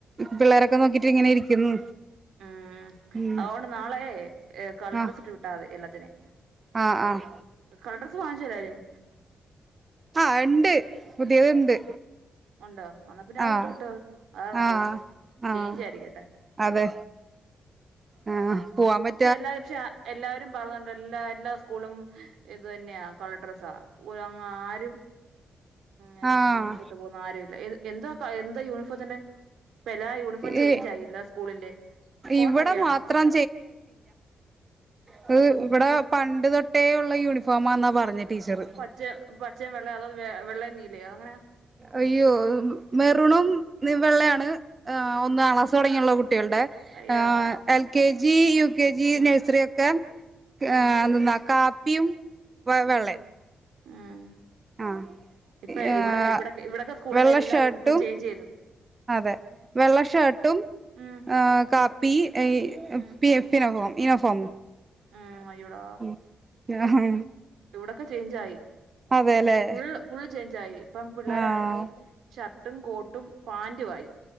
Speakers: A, on the right (about 30°); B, on the right (about 85°).
A: പിള്ളേരൊക്കെ നോക്കിട്ട് ഇങ്ങനെ ഇരിക്കുന്നു.
B: ആഹ്
A: ഉം
B: അഓണ്ട് നാളെ. ഏ കളർ
A: ആഹ്
B: ഡ്രസ്സ് ഇട്ട് വിട്ടാതി എല്ലാത്തിനും
A: ആഹ് ആഹ്
B: കളർ ഡ്രസ്സ് വാങ്ങിച്ചല്ലാരും.
A: ആഹ് ണ്ട് പുതിയത്ണ്ട്.
B: ഉണ്ടോ എന്നാ പിന്നെ അത്
A: ആഹ്
B: ഇട്ട് വിട്ടോ അതാ നല്ലത്
A: ആഹ് ആഹ്
B: ചേഞ്ച് ആയിരിക്കട്ടെ.
A: അതെ ആഹ് പോവാൻ പറ്റ്
B: ക്ഷെ എല്ലാരും പക്ഷെ എല്ലാരും പറഞ്ഞണ്ട് എല്ലാ എല്ലാ സ്കൂളും. ഇത് തന്നെയാ കളർ ഡ്രസ്സ ആരും. ഏഹ്
A: ആഹ്
B: യൂണിഫോർം ഇട്ട് പോന്ന ആരും ഇല്ല എന്തോ എന്താ യൂണിഫോർത്തിന്റെ. ഇപ്പ എല്ലാ യൂണിഫോം ചേഞ്ച്
A: ഈ
B: ആയി എല്ലാ സ്കൂളിന്റെ കോട്ടക്കൊണോ.
A: ഇവിടെ മാത്രം ത് ഇവിടെ പണ്ട് തൊട്ടേ ഉള്ള യൂണിഫോമാന്നാ പറഞ്ഞെ ടീച്ചർ.
B: റ്റ പച്ചയും വെള്ള അത് വെ വെള്ളേം നീലേയോ എങ്ങനെയാ?
A: അയ്യോ മെറുണും വെള്ളയാണ്. ആഹ് ഒന്നാം ക്ലാസ് തുടങ്ങിയുള്ള കുട്ടികൾടേ
B: അയ്യോ
A: ഏഹ് L K G U K G
B: ഉം
A: നഴ്സറി ഒക്കെ
B: ഉം
A: ഏഹ് എന്തെന്നാ കാപ്പിയും വ
B: ഉം
A: വെള്ളയും.
B: ഉം
A: ആഹ്
B: ഇപ്പ
A: ഏഹ്
B: ഇവിടെ ഇവിടെ ഇവിടെക്കെ സ്കൂളില
A: വെള്ള
B: എല്ല
A: ഷർട്ടും
B: യൂണിഫോം ചേഞ്ച്യ്തു.
A: അതെ വെള്ള ഷർട്ടും
B: ഉം
A: ഏഹ് കാപ്പി
B: ഉം
A: പി പിനഫോം യൂനി ഫോം.
B: ഉം അയ്യൊടാ.
A: ഉം യാ ഹേ
B: ഇവിടെക്കെ ചേഞ്ചയി
A: അതെല്ലേ
B: ഫുൾ ഫുൾ ചേഞ്ച് ആയി ഇപ്പം പിള്ളേരാണെങ്കി.
A: ആഹ്
B: ഷർട്ടും കോട്ടും പാന്റു ആയി.